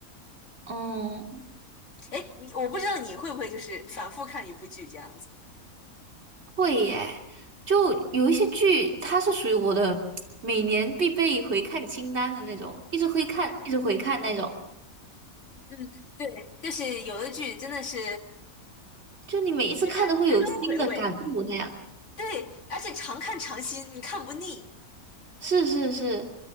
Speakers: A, on the right; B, on the left.
A: 嗯，
B: 哎，你我不知道你会不会就是反复看一部剧这样子。
A: 会耶，就有一些剧，它是属于我的每年必备回看清单的那种，一直回看，一直回看那种，
B: 嗯，对，就是有的剧真的是，
A: 就你每一次看都会有新的感悟那样。
B: 那它值得回味。对，而且常看常新，你看不腻。
A: 是是是，